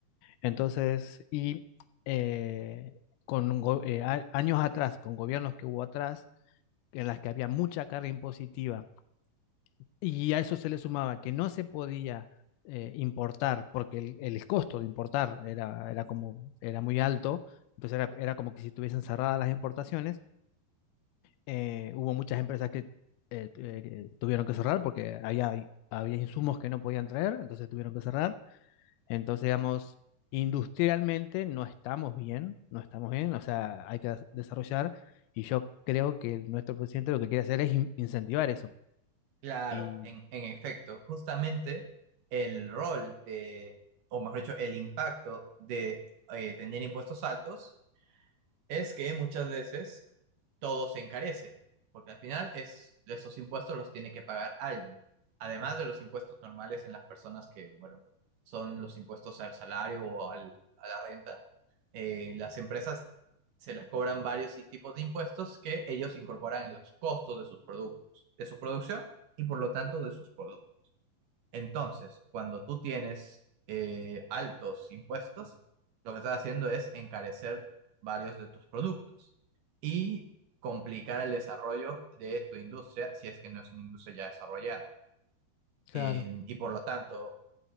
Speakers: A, on the left; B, on the right.
A: Entonces, y eh, con go- eh, a- años atrás, con gobiernos que hubo atrás, en las que había mucha carga impositiva y a eso se le sumaba que no se podía eh, importar, porque el, el costo de importar era, era, como, era muy alto, entonces era, era como que si estuviesen cerradas las importaciones, eh, hubo muchas empresas que eh, eh, tuvieron que cerrar porque había, había insumos que no podían traer, entonces tuvieron que cerrar. Entonces, digamos, industrialmente no estamos bien, no estamos bien, o sea, hay que desarrollar y yo creo que nuestro presidente lo que quiere hacer es in- incentivar eso.
B: Claro,
A: Y,
B: en, en efecto, justamente el rol de, o mejor dicho, el impacto de eh, tener impuestos altos es que muchas veces todo se encarece, porque al final es, esos impuestos los tiene que pagar alguien, además de los impuestos normales en las personas que, bueno, son los impuestos al salario o al- a la renta eh, las empresas se les cobran varios tipos de impuestos que ellos incorporan en los costos de sus productos, de su producción y por lo tanto de sus productos. Entonces, cuando tú tienes eh, altos impuestos, lo que estás haciendo es encarecer varios de tus productos y complicar el desarrollo de tu industria si es que no es una industria ya desarrollada.
A: Claro.
B: En- y por lo tanto,